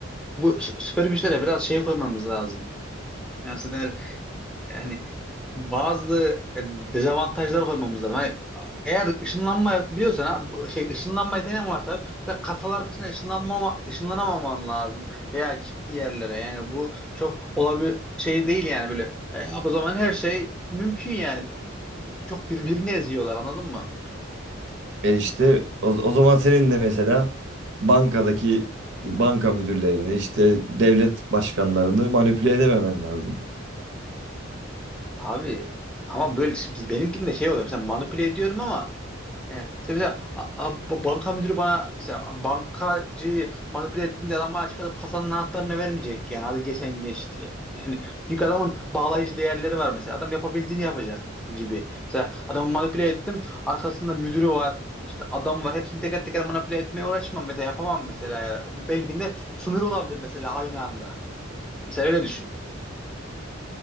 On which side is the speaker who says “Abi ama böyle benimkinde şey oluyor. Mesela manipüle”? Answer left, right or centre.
Centre